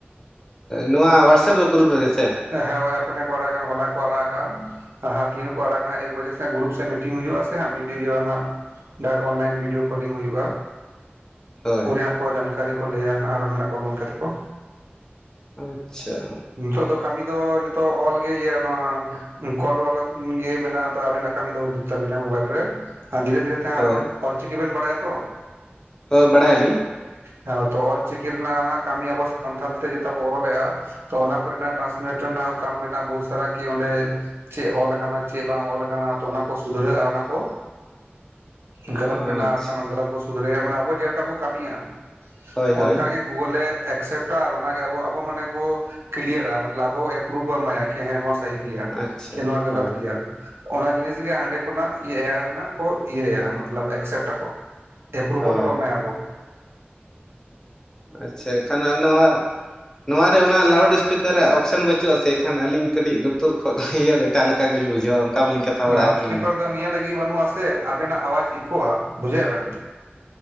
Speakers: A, on the left (about 15°); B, on the right (about 80°).
A: ᱱᱚᱶᱟ ᱣᱟᱴᱥᱮᱯ ᱫᱚ ᱜᱩᱨᱩᱯ ᱨᱮᱜᱮ ᱥᱮ
B: ᱦᱮᱸ ᱦᱚᱭ ᱟᱯᱮ ᱴᱷᱮᱱ ᱠᱚ ᱟᱲᱟᱜᱟ ᱟᱠᱟᱫᱼᱟ ᱦᱚᱞᱟ ᱜᱮᱠᱚ ᱟᱲᱟᱜ ᱟᱠᱟᱫᱼᱟ ᱦᱟ ᱛᱤᱨᱮ ᱠᱚ ᱟᱲᱟᱜ ᱦᱟᱹ ᱮᱠ ᱵᱟᱡᱮ ᱥᱮᱡ ᱜᱩᱨᱩᱯ ᱥᱮ ᱢᱤᱴᱤᱝ ᱦᱩᱭᱩᱜᱼᱟ ᱥᱮ ᱵᱤᱰᱤ ᱤᱣᱟᱹ ᱚᱱᱟᱼᱼ ᱰᱟᱭᱨᱮᱴ ᱚᱱᱞᱟᱭᱤᱱ ᱵᱷᱤᱰᱭᱳ ᱠᱚᱞᱤᱝ ᱦᱩᱭᱩᱜᱼᱟ᱾
A: ᱦᱳᱭ
B: ᱩᱱ ᱠᱚ ᱡᱟᱱᱠᱟᱨᱤ ᱠᱚ ᱞᱟᱹᱭᱟ ᱟᱨᱚ ᱢᱮᱱᱟᱜ ᱠᱚᱣᱟ ᱜᱚᱢᱠᱮ ᱛᱟᱠᱚ᱾
A: ᱟᱪᱪᱷᱟ᱾
B: ᱱᱤᱛᱚᱜ ᱫᱚ ᱠᱟᱹᱢᱤ ᱫᱚ ᱱᱤᱛᱚᱜ ᱚᱞ ᱜᱮ ᱤᱭᱟᱹ ᱱᱚᱣᱟᱼᱼ ᱠᱚᱞ ᱵᱟᱞᱟ ᱜᱮ ᱢᱮᱱᱟᱜᱼᱟ ᱟᱵᱮᱱᱟᱜ ᱠᱟᱹᱢᱤ ᱫᱚ ᱩᱫᱩᱜ ᱛᱟᱵᱮᱱᱟ ᱢᱳᱵᱟᱭᱤᱞ ᱨᱮ <unintelligible> <unintelligible>
A: ᱦᱳᱭ
B: ᱚᱞ ᱪᱤᱠᱤ ᱵᱮᱱ ᱵᱟᱲᱟᱭᱟ ᱛᱚ
A: ᱦᱳᱭ ᱵᱟᱲᱟ ᱭᱟᱞᱤᱧ᱾
B: ᱦᱮᱸ ᱛᱚ ᱚᱞᱪᱤᱠᱤ ᱨᱮᱱᱟᱜ ᱠᱟᱹᱢᱤ ᱟᱵᱚ ᱥᱟᱱᱛᱟᱲ ᱛᱮ ᱡᱮᱴᱟ ᱵᱚ ᱚᱞᱮᱼᱟ᱾ ᱛᱚ ᱚᱱᱟ ᱠᱚᱨᱮ ᱱᱟᱜ ᱴᱨᱟᱱᱥᱢᱮᱥᱚᱱ ᱨᱮᱱᱟᱜ ᱦᱚᱸ ᱠᱟᱢ ᱢᱮᱱᱟᱜᱼᱟ ᱵᱚᱦᱩᱛ ᱥᱟᱨᱟ ᱠᱤ ᱚᱸᱰᱮᱼᱼ ᱪᱮᱫ ᱚᱞ ᱟᱠᱟᱱᱟ ᱪᱮᱫ ᱵᱟᱝ ᱚᱞ ᱟᱠᱟᱱᱟ ᱛᱚ ᱚᱱᱟ ᱠᱚ ᱥᱩᱫᱷᱨᱟᱹᱜᱼᱟ ᱚᱱᱟ ᱠᱚ,
A: ᱟᱪᱪᱷᱟ
B: ᱜᱞᱚᱛ ᱢᱮᱱᱟᱜᱼᱟ ᱠ ᱜᱞᱚᱛ ᱵᱚᱱ ᱥᱩᱫᱷᱨᱟᱹᱭᱟ ᱢᱟᱱᱮ ᱟᱵᱚ ᱡᱮᱞᱮᱠᱟ ᱵᱚ ᱠᱟᱹᱢᱤᱭᱟᱼᱼ
A: ᱦᱳᱭ ᱦᱳᱭ
B: ᱚᱱᱠᱟᱜᱮ ᱜᱩᱜᱳᱩᱞᱮ ᱮᱠᱥᱮᱯ ᱴᱟ ᱟᱨ ᱚᱱᱟᱜᱮ ᱟᱵᱚ ᱟᱵᱚ ᱢᱟᱱᱮ ᱵᱚᱼᱼ <unintelligible> ᱟᱵᱚ ᱮᱯᱨᱩᱵᱷ ᱵᱚ ᱮᱢᱟᱭᱟ ᱦᱮᱸ ᱱᱚᱣᱟ ᱥᱟᱦᱤ ᱜᱮᱭᱟ
A: ᱟᱪᱪᱷᱟ
B: ᱱᱚᱣᱟ ᱜᱟᱞᱟᱛ
A: ᱦᱳᱭ
B: ᱜᱮᱭᱟ
A: ᱦᱳᱭ
B: ᱚᱱᱟ ᱡᱤᱱᱤᱥ ᱜᱮ ᱦᱟᱸᱰᱮ ᱠᱷᱚᱱᱟᱜ <unintelligible> ᱤᱭᱟᱹᱭᱟ ᱢᱟᱛᱞᱟᱵ ᱮᱠᱥᱮᱯᱴᱟᱠᱚ ᱮᱯᱨᱩᱵᱮᱞ
A: ᱦᱳᱭ
B: ᱵᱚ ᱮᱢᱟᱭᱟ ᱚᱵᱚ
A: ᱟᱪᱪᱷᱟ ᱮᱠᱷᱟᱱᱟ ᱱᱚᱣᱟ ᱱᱚᱣᱟ ᱨᱮ ᱚᱱᱟ ᱞᱟᱣᱩᱰ ᱤᱥᱯᱤᱠᱟᱨ ᱚᱯᱥᱮᱱ ᱵᱟᱹᱩᱜ ᱟ ᱥᱮ ᱮᱱᱠᱷᱟᱱ ᱟᱹᱞᱤᱧ ᱠᱟᱹᱴᱤᱡ ᱞᱩᱛᱩᱨ ᱠᱷᱚᱱ ᱤᱭᱟᱹ ᱮᱴᱟᱜ ᱞᱮᱠᱟ ᱜᱮᱞᱤᱧ ᱵᱩᱡᱷᱟᱹᱣᱟ ᱚᱱᱠᱟ ᱵᱟᱹᱞᱤᱧ ᱠᱟᱛᱷᱟ ᱵᱟᱲᱟ
B: ᱞᱟᱣᱩᱰ
A: ᱟᱠᱟᱱᱟ
B: ᱤᱥᱯᱤᱠᱟᱨ
A: ᱩᱱᱟᱹᱜ
B: ᱫᱚ ᱱᱤᱭᱟᱹ ᱞᱟᱹᱜᱤᱫ ᱵᱟᱹᱱᱩᱜ ᱟᱥᱮ ᱟᱵᱮᱱᱟᱜ ᱟᱣᱟᱡᱽ <unintelligible> ᱵᱩᱡᱷᱟᱹᱣ ᱵᱮᱱ